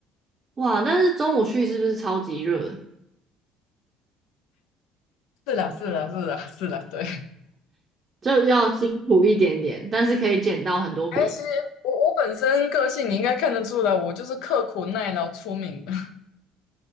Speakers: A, on the right (about 30°); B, on the left (about 75°).
A: 哇，但是中午去是不是超级热？
B: 是啦，是啦，是啦，是啦，对。
A: 这要辛苦一点点，但是可以捡到很多便宜
B: 但是我我本身个性你应该看得出来，我就是刻苦耐劳出名的。